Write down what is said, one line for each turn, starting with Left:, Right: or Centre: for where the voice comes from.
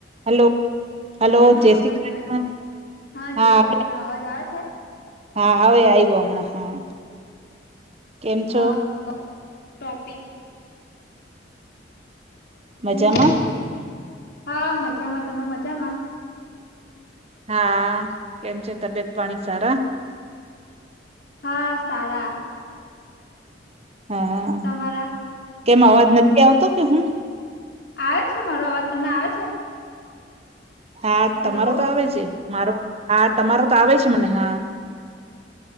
Right: Hello hello
Left: હા
Right: જય
Left: અવાજ
Right: શ્રી કૃષ્ણ
Left: આવે છે
Right: હા
Left: જય શ્રી કૃષ્ણ અવાજ આવે છે
Right: હા હવે આવ્યો હમણાં હા કેમ છો.
Left: હા ટોપિક
Right: મજામાં
Left: મે બો હા મજામાં તમે મજામાં
Right: હા કેમ છે તબિયત પાણી સારા
Left: હા સારા
Right: હા
Left: તમારા
Right: કેમ અવાજ નથી આવતો કે હું
Left: આવે છે મારો અવાજ તમને આવે છે
Right: હા તમારો
Left: હલો
Right: તો આવે છે મારો હા તમારો તો આવે છે મને હા